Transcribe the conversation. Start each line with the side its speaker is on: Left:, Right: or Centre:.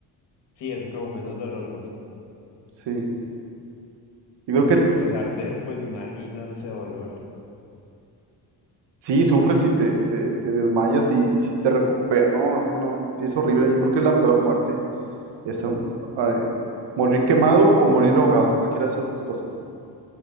Left: Sí, es como menos doloroso.
Right: Sí. Yo
Left: Porque
Right: creo que
Left: pues arder, pues me imagino ese dolor.
Right: Sí, sufres y te, te, te desmayas y, y si te recuperas. No, es que no, sí es horrible. Yo creo que es la peor muerte. Esa, eh, morir quemado o morir ahogado, cualquiera de esas dos cosas.